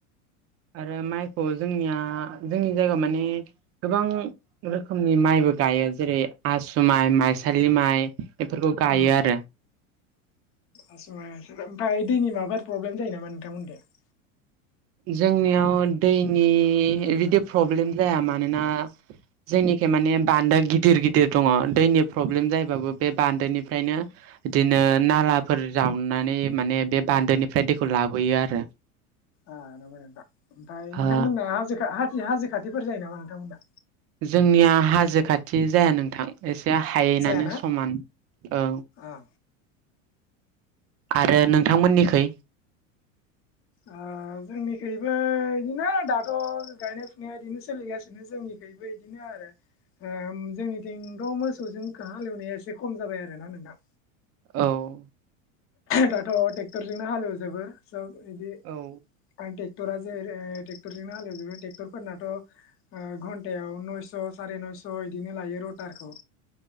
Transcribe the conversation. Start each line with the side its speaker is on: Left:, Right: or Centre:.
Right: आरो माइखौ जोंनिया जोंनि जायगायाव माने गोबां रोखोमनि माइ बो गायो जेरै आसु माइ माइसालि माइ बेफोरखौ गायो
Left: उम
Right: आरो।
Left: ओमफ्राय दैनि माबाफोर प्रब्लेम जायो नामा नोंथांमोनिथिं?
Right: जोंनियाव दैनि बिदि प्रब्लेम जाया मानोना जोंनि माने बान्दो गिदिर गिदिर दङ दैनि प्रब्लेम जायोबाबो बे बान्दोनिफ्रायनो बिदिनो नालाफोर जावनानै माने बे बान्दोनिफ्राय दैखौ लाबोयो आरो।
Left: ओ नंगौ नोंथां ओमफ्राय नोंथांमोना
Right: ओ
Left: हाजो हाजो हाजो खाथिफोर जायो नामा नोंथांमोना?
Right: जोंनिया हाजो खाथि जाया नोंथां एसे हायैनो
Left: जायाना
Right: समान औ।
Left: ओ
Right: आरो नोंथांमोननिखै?
Left: ओ जोंनिखैबो बिदिनो दाथ' गायनाय फुनाया बिदिनो सोलिगासिनो जोंनि बेबो एसे आरो। ओ जोंनिथिंथ' मोसौजों हालेवनाया एसे खम जाबाय आरो ना नोंथां।
Right: औ।
Left: दाथ' ट्रेक्टरजोंनो हालेवजोबो सब बिदि <unintelligible>
Right: औ
Left: ट्रेक्ट'रा जेरै ट्रेक्टरजोंनो हालेव जुबो ट्रेक्टर फोरनाथ' ओ घन्टायाव नयस' साराय नय' थस' बिदिनो लायो रटारखौ।